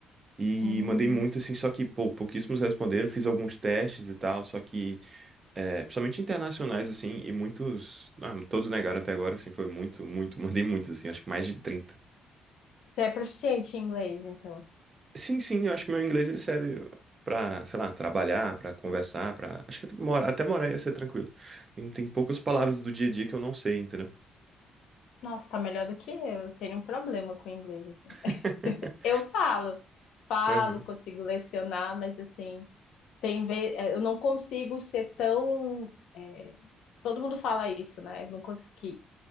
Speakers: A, on the right (about 35°); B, on the left (about 80°).
A: E
B: Hum,
A: mandei muito, assim, só que, pô, pouquíssimos responderam. Fiz alguns testes e tal, só que, é, principalmente internacionais, assim, e muitos. Ah, todos negaram até agora, assim, foi muito, muito. <laughs> Mandei muitos, assim, acho que mais de 30.
B: você é proficiente em inglês, então.
A: Sim, sim, eu acho que meu inglês ele serve pra, sei lá, trabalhar, pra conversar, pra. Acho que mora, até morar ia ser tranquilo. Tem, tem poucas palavras do dia a dia que eu não sei, entendeu?
B: Nossa, tá melhor do que eu. Eu tenho um problema com inglês, assim.
A: <laughs>
B: Eu falo, falo,
A: Aham.
B: consigo lecionar, mas assim, Tem vez, é, eu não consigo ser tão. é, todo mundo fala isso, né? Eu não consegui.